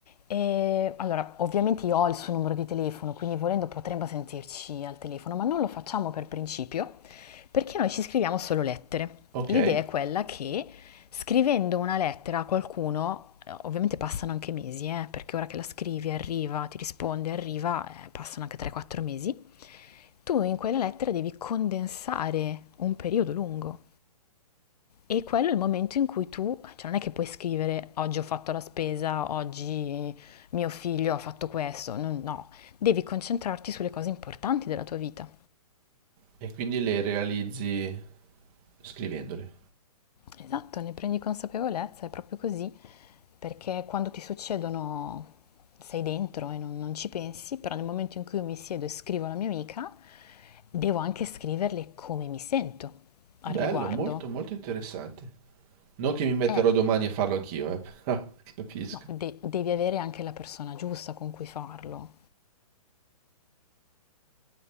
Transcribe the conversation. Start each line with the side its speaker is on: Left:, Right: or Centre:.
Left: e allora ovviamente io ho il suo numero di telefono, quindi volendo potremmo sentirci al telefono, ma non lo facciamo per principio perché noi ci scriviamo solo lettere.
Right: ok.
Left: L'idea è quella che scrivendo una lettera a qualcuno, eh, ovviamente passano anche mesi, eh, perché ora che la scrivi arriva, ti risponde, arriva, eh, passano anche 3-4 mesi tu in quella lettera devi condensare un periodo lungo. E quello è il momento in cui tu, cioè non è che puoi scrivere oggi ho fatto la spesa, oggi mio figlio ha fatto questo, no, no. devi concentrarti sulle cose importanti della tua vita.
Right: E quindi le realizzi scrivendole.
Left: Esatto, ne prendi consapevolezza, è proprio così, perché quando ti succedono sei dentro e non, non ci pensi, però nel momento in cui io mi siedo e scrivo alla mia amica, devo anche scriverle come mi sento al
Right: Bello,
Left: riguardo.
Right: molto, molto interessante. Non che mi metterò
Left: Eh,
Right: domani a farlo anch'io, eh, però <laughs> capisco.
Left: no, de- devi avere anche la persona giusta con cui farlo.